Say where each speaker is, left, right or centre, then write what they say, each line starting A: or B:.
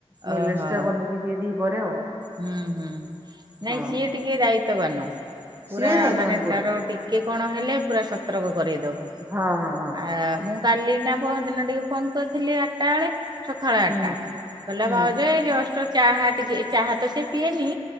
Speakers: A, on the right; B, on the right.
A: <unintelligible>
B: ଓହୋ
A: ବନେଇକି ଦିଏ ଦି ପ୍ରହରେ ଆଉ।
B: ହୁଁ ହୁଁ ନାଇଁ
A: ହଁ
B: ସିଏ ଟିକେ ଦାୟିତ୍ୱବାନ୍। ପୁରା
A: ସିଏ ଯାଇଛନ୍
B: ମାନେ
A: ପୁରା।
B: ତାର ଟିକେ କଣ ହେଲେ ପୁରା ସତର୍କ। କରେଇଦବ
A: ହଁ ହଁ ହଁ
B: ଆ ମୁଁ କାଲି ନା ପହର ଦିନ ଟିକେ ଫୋନ କରିଥିଲି ଆଠଟା ବେଳେ ସକାଳ ଆଠଟା
A: ହୁଁ
B: କହିଲା
A: ହୁଁ
B: ଭାଉଜ ଏଇ ଜଷ୍ଟ୍ ଚାହା ଟିକେ ଚାହା ତ ସେ ପିଏନି।